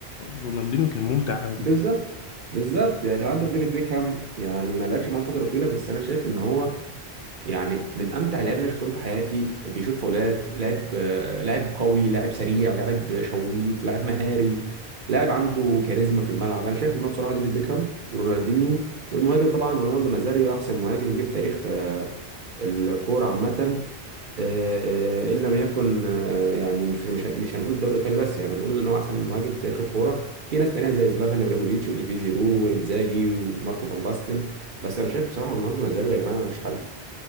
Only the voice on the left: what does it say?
رونالدينيو كان ممتع قوي